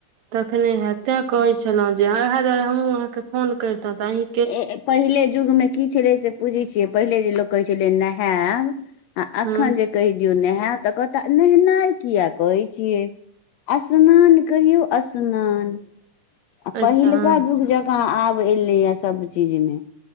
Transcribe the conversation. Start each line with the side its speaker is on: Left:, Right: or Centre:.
Right: तखने हैत तें कहै छलहुँ जे आँहा दुआरे हमहूँ अहाँके फोन करितहुँ तऽ अही
Left: ए पहिले युगमे की छलै से बुझै छियै पहिले जे लोक कहै छलै नहायब आ एखन
Right: हँ
Left: जे कहि दियौ नहेब तऽ कहता नहेनाइ किया कहै छियै असनान कहिऔ असनान आ पहिलका
Right: अच्छा हँ
Left: जुग जकाँ आब एलैए सभ चीज मे